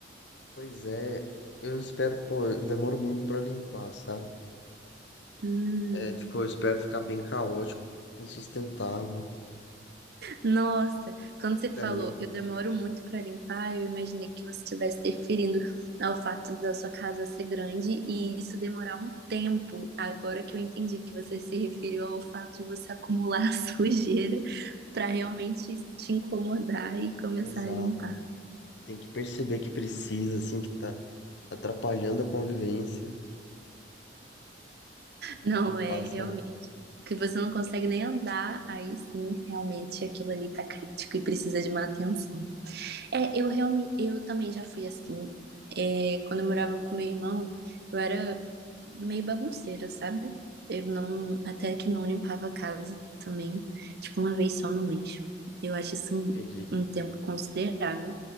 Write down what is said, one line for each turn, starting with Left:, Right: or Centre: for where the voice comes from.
Left: Pois é, eu espero, pô, eu demoro muito pra limpar, sabe?
Right: Hum,
Left: É, tipo, eu espero ficar bem caótico, insustentável.
Right: nossa, quando você
Left: Daí,
Right: falou, eu demoro muito para limpar, eu imaginei que você estivesse referindo ao fato da sua casa ser grande e isso demorar um tempo. Agora que eu entendi que você se referiu ao fato de você acumular <laughs> sujeira para realmente te incomodar e começar
Left: é exato.
Right: a limpar.
Left: Tem que perceber que precisa, assim, que tá atrapalhando a convivência.
Right: Não,
Left: Limpar,
Right: é realmente.
Left: sabe?
Right: Que você não consegue nem andar, aí sim, realmente aquilo ali tá crítico e precisa de uma atenção. É, eu realmente, eu também já fui assim. É, quando eu morava com meu irmão, eu era meio bagunceira, sabe? Eu não, até que não limpava a casa também, tipo, uma vez só no mês. Eu acho isso
Left: Entendi.
Right: um, um tempo considerável.